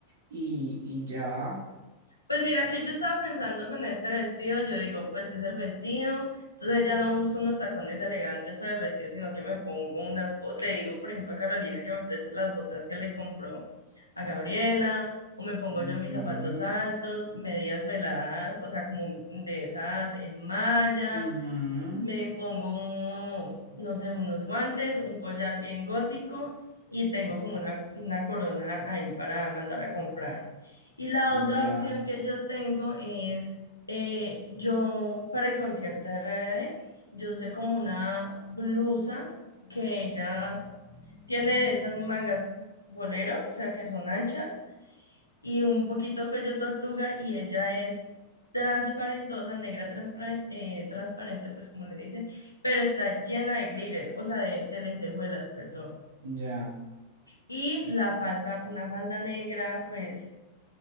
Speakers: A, on the right (about 60°); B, on the left (about 80°).
A: y, y ya.
B: Pues mira que yo estaba pensando con este vestido, yo digo, pues es el vestido, entonces ya no busco unos tacones elegantes para el vestido, sino que me pongo unas, bo- le digo, por ejemplo, a Carolina que me preste las botas que le compró a Gabriela, o me pongo
A: Ujú,
B: yo mis zapatos altos, medias veladas, o sea, como de esas en malla,
A: ujú,
B: me pongo, no sé, unos guantes, un collar bien gótico y tengo como una, una corona ahí para mandar a comprar. Y la otra
A: Ya,
B: opción que yo tengo es, eh, yo para el concierto de RBD, yo sé como una blusa que ella tiene de esas mangas bolero, o sea, que son anchas, y un poquito cuello tortuga y ella es transparentosa, negra transparen- eh, transparente, pues como le dicen, pero está llena de glitter, o sea, de, de lentejuelas, perdón.
A: ya.
B: Y la falda, una falda negra, pues